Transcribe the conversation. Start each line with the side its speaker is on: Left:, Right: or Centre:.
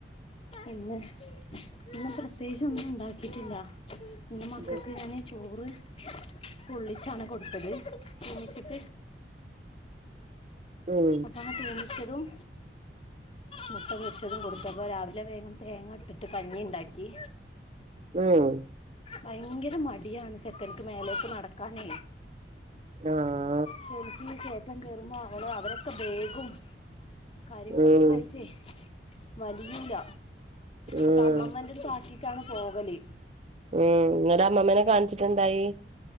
Left: ഇന്ന് ഇന്നും പ്രത്യേകിച്ച് ഒന്നും ഉണ്ടാക്കിട്ടില്ല ഇന്ന് മക്കൾക്ക്
Right: എന്തേനു?
Left: ഞാന് ചോറ് പൊള്ളിച്ചാണ് കൊടുത്തത് പൊള്ളിച്ചിട്ട്
Right: ഉം
Left: അപ്പ ആ തൂമ്പിച്ചതും മുട്ട പൊരിച്ചതും കൊടുത്തു അ പ്പോൾ രാവിലെ വേഗം തേങ്ങ ഇട്ടിട്ട് കഞ്ഞി എണ്ടാക്കി
Right: ഉം
Left: ഭയങ്കര മടിയാണ് ചെക്കനിക്ക് മേലേക്ക് നടക്കാനേ
Right: ആ ആ
Left: പക്ഷെ എനിക്ക് കയറ്റം കേയറുമ്പോ ആവളെ അവരയെക്കെ ബേഗും കാര്യങ്ങളൊക്കെ
Right: ഉം
Left: ആയിട്ടേ വലിയുല്ല
Right: ഉം
Left: അപ്പൊ അമ്മമ്മന്റെ അടുത്ത് ആക്കി ട്ടാണ് പോകല്
Right: ഉം ഇന്നലെ അമ്മമ്മേനെ കാണിച്ചിട്ട് എന്തായി